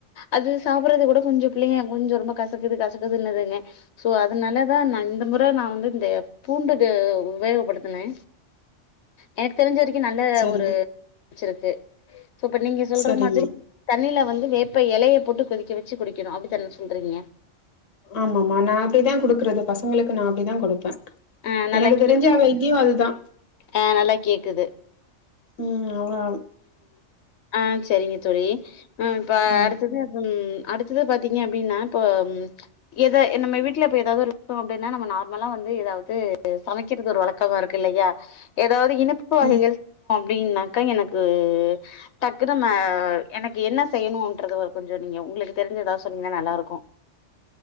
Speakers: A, on the left; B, on the left.
A: அது சாப்பறது கூட கொஞ்சோ பிள்ளைங்க கொஞ்சோ இருந்தா கசக்குது கசக்குதுன்னுதுங்க சோ அதனாலதா நா இந்த முற நா வந்து இந்த பூண்டுக்கு உபயோகப்படுத்துனே எனக்கு தெரிஞ்ச வரிக் நல்ல
B: சரிம்மா
A: ஒரு வச்சிருக்கு இப்ப நீங்க சொல்ற
B: சரிம்மா
A: மாதிரி தண்ணில வந்து வே இப்ப எலைய போட்டு கொதிக்க வச்சு குடிக்கணு அப்படி தான சொல்றீங்க
B: ஆமாமா நா அப்டி தா குடுக்கறது பசங்களுக்கு நா அப்டி தா குடுப்பே
A: ஆ நல்லா
B: எனக்கு
A: கே
B: தெரிஞ்ச அவெ இங்கியு அதுதா
A: ஆ நல்லா கேக்குது
B: ம் அவ்ளா
A: ஆ செரிங்க தோழி இப்ப
B: ம்
A: அடுத்தது ம் அடுத்தது பாத்தீங்க அப்படின்னா இப்போ ம் எத நம்ம வீட்டுல இப்ப ஏதாவது ஒரு அப்படின்னா நம்ம நார்மலா வந்து ஏதாவது சமைக்கிறது ஒரு வழக்கமா இருக்கு இல்லையா அதாவது இனிப்பு வகைகள்
B: ம்
A: செய்யனு அப்டின்னாக்கா எனக்கு கு டக்குனு மே எனக்கு என்ன செய்யணுன்றது ஒரு கொஞ்சோ நீங்க உங்களுக்கு தெரிஞ்ச ஏதாவது சொன்னீங்ன்னா நல்லா இருக்கு